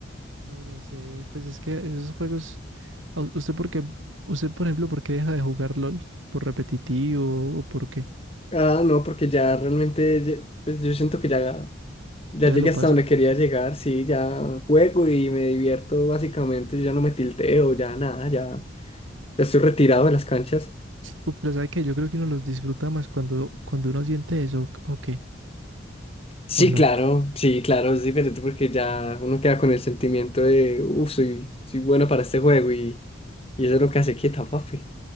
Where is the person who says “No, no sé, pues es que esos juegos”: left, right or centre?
Right